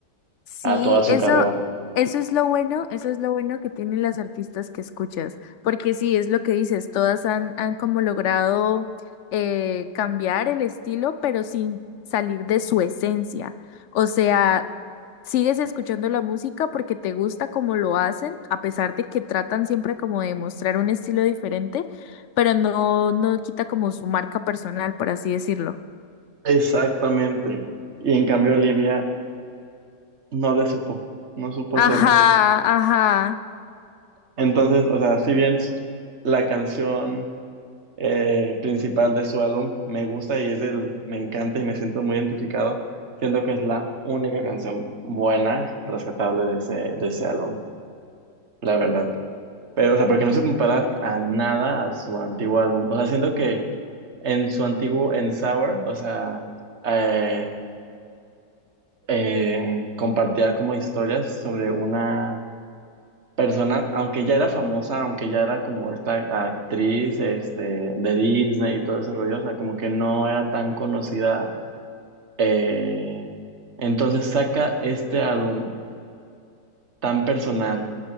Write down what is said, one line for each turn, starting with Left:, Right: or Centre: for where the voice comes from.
Left: Sí,
Right: a toda su
Left: eso,
Right: carrera.
Left: eso es lo bueno, eso es lo bueno que tienen las artistas que escuchas, porque sí, es lo que dices, todas han, han como logrado eh, cambiar el estilo, pero sin salir de su esencia. O sea, sigues escuchando la música porque te gusta como lo hacen, a pesar de que tratan siempre como de mostrar un estilo diferente, pero no, no quita como su marca personal, por así decirlo.
Right: Exactamente. Y en cambio, Olivia no le supo, no supo
Left: Ajá,
Right: hacerlo.
Left: ajá.
Right: Entonces, o sea, si bien la canción eh, principal de su álbum me gusta y es el, me encanta y me siento muy identificado, siento que es la única canción buena, rescatable de ese, de ese álbum, la verdad. Pero, o sea, porque no se compara a nada a su antiguo álbum. O sea, siento que en su antiguo, en Sour, o sea, eh, eh, compartía como historias sobre una persona, aunque ya era famosa, aunque ya era como esta actriz este, de Disney y todo ese rollo, o sea, como que no era tan conocida. eh, entonces saca este álbum tan personal